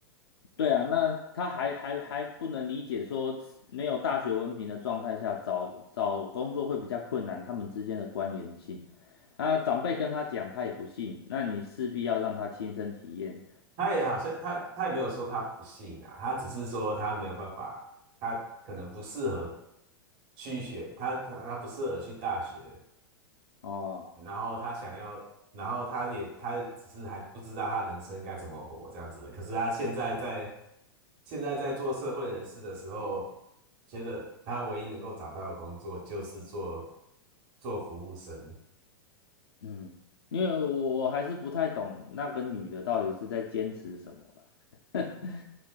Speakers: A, on the left; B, on the right.
A: 对啊，那他还还还不能理解说没有大学文凭的状态下找找工作会比较困难，他们之间的关联性。啊，长辈跟他讲，他也不信，那你势必要让他亲身体验
B: 他也好像他他也没有说他不信啊，他只是说他没有办法，他可能不适合去学，他他他不适合去大学，
A: 哦，
B: 然后他想要，然后他也他只是还不知道他人生该怎么活这样子的。可是他现在在现在在做社会人士的时候，觉得他唯一能够找到的工作就是做做服务生。
A: 嗯，因为我我还是不太懂那个女的到底是在坚持什么啦。<laughs>